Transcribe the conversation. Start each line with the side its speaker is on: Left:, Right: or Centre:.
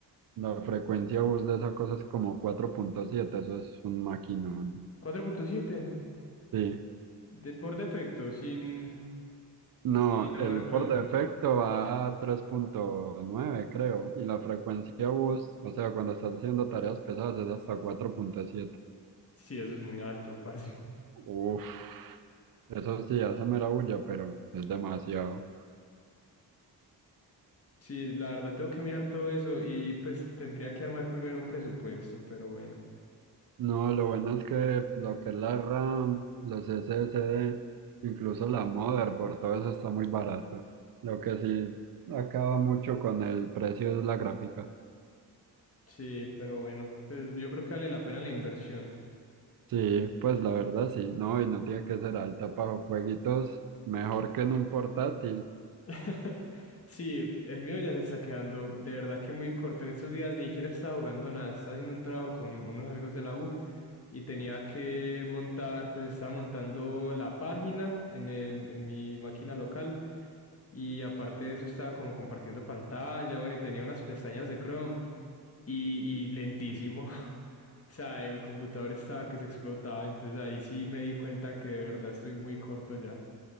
Right: La frecuencia bus de esa cosa es como cuatro punto siete, eso es un maquinón.
Left: cuatro punto siete
Right: Sí.
Left: de por defecto, sin,
Right: No,
Left: sin
Right: el
Left: overclock.
Right: por defecto va a tres punto nueve, creo. Y la frecuencia bus, o sea, cuando estás haciendo tareas pesadas, es hasta cuatro punto siete,
Left: Sí, eso es muy alto, <laughs> parce.
Right: Uf, eso sí hace mera bulla, pero es demasiado.
Left: Sí, la verdad tengo que mirar todo eso y pues tendría que armar primero un presupuesto, pero bueno.
Right: No, lo bueno es que lo que es la RAM, los SSD, incluso la motherboard, todo eso está muy barato. Lo que sí acaba mucho con el precio es la gráfica.
Left: Sí, pero bueno, pues yo creo que vale la pena la inversión.
Right: Sí, pues la verdad sí, no, y no tiene que ser alta para jueguitos, mejor que en un portátil.
Left: <laughs> Sí, el mío ya se está quedando de verdad que muy corto. En estos días ni siquiera estaba jugando nada, estaba haciendo un trabajo con unos amigos de la U y tenía que montar, pues estaba montando la página en el, en mi máquina local y aparte de eso estaba como compartiendo pantalla, bueno, y tenía unas pestañas de Chrome y, y lentísimo. <laughs> O sea, el computador estaba que se explotaba, entonces ahí sí me di cuenta que de verdad estoy muy corto ya.